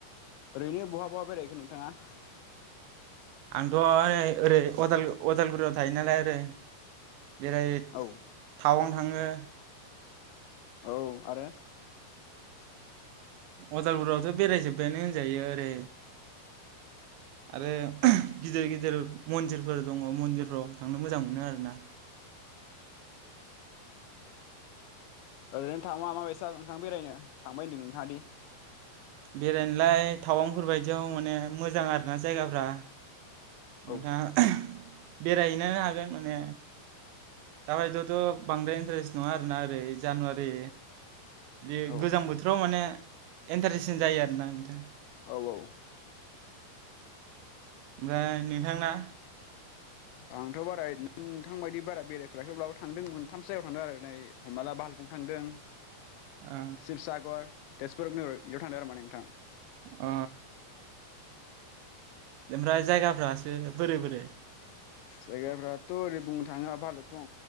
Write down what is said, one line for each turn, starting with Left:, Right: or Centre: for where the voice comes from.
Left: ओरैनो बहा बहा बेरायहैखो नोंथाङा?
Right: आंथ ओहाय ओरै अदाल-अदालगुरियाव थायो नालाय ओरै बेराय
Left: औ
Right: थावां थाङो
Left: औ आरो
Right: उदालगुरियावथ बेरायजोब्बायानो होनजायो ओरै आरो गिदिर गिदिर मन्दिरफोर दङ मन्दिरफ्राव थांनो मोजां मोनो आरो ना
Left: ओरैनो थांबा माबायसा नोंथां बेरायनो थांबाय होनदों नोंथाङादि
Right: बेरायनोलाय टावांफोर बादियाव माने मोजां आरो ना जायगाफ्रा नोंथाङा
Left: औ
Right: बेरायहैनो हागोन माने दाबायदियाव थ बांद्राय इन्टारेस्ट नङा आरोना बे जानुवारि बे
Left: औ
Right: गोजां बोथोराव माने एन्टारटेसन्टसिन जायो आरोना नोंथां
Left: औ औ
Right: ओमफ्राय नोंथांना
Left: आंथ बारा <unintelligible> नोंथां बायदि बारा बेरायथ आखै अब्लाबो थांदों मोनथामसो जायगायाव थांदों आरो नायै हमना ला बाहालगुं थांदों
Right: अ
Left: सिबसागर तेजपुर नौ बेयाव थांदों आरो माने नोंथां
Right: अ ओमफ्राय जायगाफ्रासो बोरै बोरै
Left: जायगाफ्राथ ओरै बुंनो थाङा भालुफुं